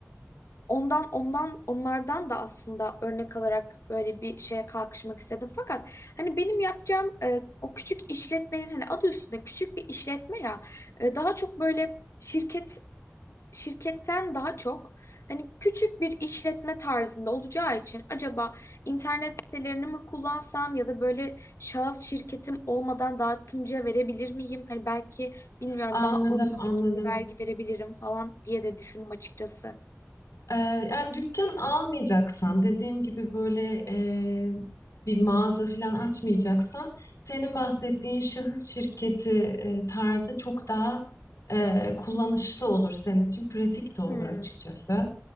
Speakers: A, on the left; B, on the left.
A: Ondan ondan onlardan da aslında örnek alarak böyle bir şeye kalkışmak istedim. Fakat hani benim yapacağım e, o küçük işletmenin hani adı üstünde küçük bir işletme ya e, daha çok böyle şirket şirketten daha çok hani küçük bir işletme tarzında olacağı için acaba internet sitelerini mi kullansam ya da böyle şahıs şirketim olmadan dağıtımcıya verebilir miyim? Hani belki bilmiyorum
B: Anladım,
A: daha az
B: anladım.
A: bir şekilde vergi verebilirim falan diye de düşündüm açıkçası.
B: Ee, yani dükkan almayacaksan, dediğim gibi böyle e, bir mağaza falan açmayacaksan, senin bahsettiğin şahıs şirketi e, tarzı çok daha e, kullanışlı olur senin için, pratik de olur
A: Hmm.
B: açıkçası.